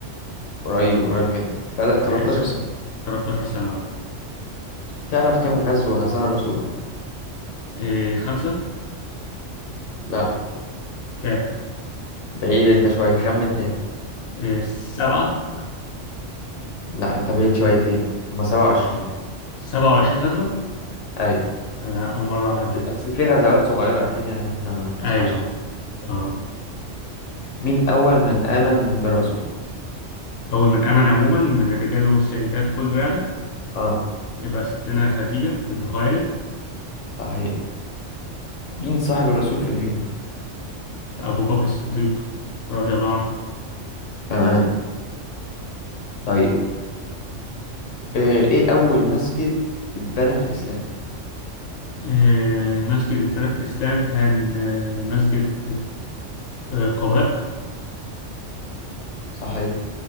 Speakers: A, on the left (about 75°); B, on the left (about 60°).
A: قريب قريب جدا تل- 13
B: آه،
A: سنة
B: 13 سنة
A: تعرف كم غزوة غزاها الرسول
B: آه، خمسة
A: لا
B: كام
A: بعيد انت شوية خمن
B: آه، سبعة
A: لا انت بعيد شويتين هما 27
B: 27 غزوة
A: ايوه
B: آه، أول مرة أعرف دي
A: اصل في غزوات صغيرة اكيد يعني احنا ما بنسمعش
B: أيوه
A: عنها
B: أه
A: مين اول من امن بالرسول
B: أول من آمن عموما من الرجال والسيدات كله يعني
A: اه
B: يبقى ستنا خديجة بنت خويلد
A: صحيح مين صاحب الرسول في الهجرة
B: أبو بكر الصديق رضي الله عنه
A: تمام طيب آه، ايه اول مسجد اتبنى في الاسلام
B: آه، مسجد اتبنى في الإسلام كان آه، مسجد آه، آه، قباء
A: صحيح